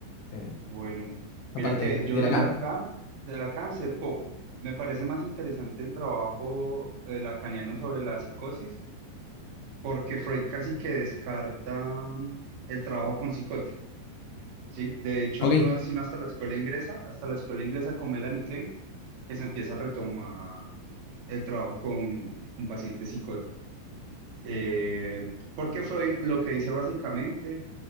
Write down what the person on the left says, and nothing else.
eh,
aparte
de, la-
de Lacan.
Ok,